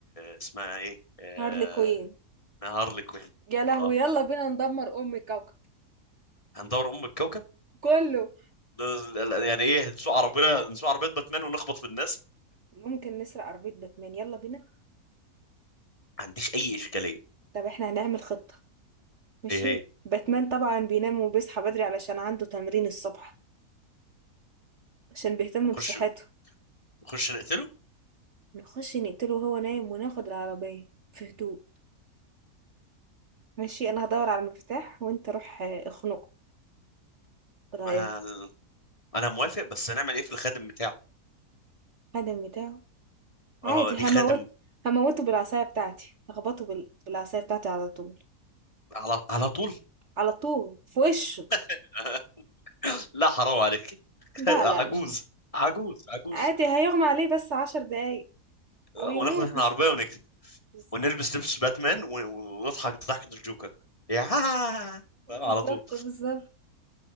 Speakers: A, on the left; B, on the right.
A: اسمها ايه آه،
B: هارلي كوين.
A: نهار الكوين
B: يا لهوي!
A: اه
B: يالّا بينا ندمّر أم الكوكب
A: هندور ام الكوكب
B: كُلّه.
A: لا- لا- لا، يعني ايه نسوق
B: عن
A: عربيه نسوق عربيه باتمان ونخبط في الناس
B: ممكن نسرق عربية باتمان، يالّا بينا.
A: ما عنديش اي اشكاليه
B: طب إحنا هنعمل خطة ماشي،
A: ايه هي
B: باتمان طبعًا بينام وبيصحى بدري علشان عنده تمرين الصبح، عشان بيهتم
A: نخش
B: بصحته.
A: نخش نقتله
B: نخش نقتله وهو نايم وناخد العربية في هدوء. ماشي انا هدور على المفتاح وانت روح آه، اخنقه إيه رايك
A: ما ال... انا موافق بس هنعمل ايه في الخادم بتاعه
B: الخادم بتاعه عادي
A: اه دي
B: هموت
A: خادم
B: هموته بالعصايه بتاعتي هخبطه بال... بالعصايه بتاعتي على طول
A: على على طول
B: على طول في وشه
A: <laughs> لا حرام عليك <laughs>
B: لا لا
A: عجوز
B: مش هن-
A: عجوز عجوز
B: عادي هيغمى عليه بس عشر دقايق او
A: آه،
B: يموت
A: وناخد احنا
B: مش
A: عربيه
B: مش
A: ونجري
B: بالظبط
A: ونلبس لبس باتمان و- و- ونضحك ضحكه الجوكر يا <laughs>
B: بالظبط
A: فاهم، على طول
B: بالظبط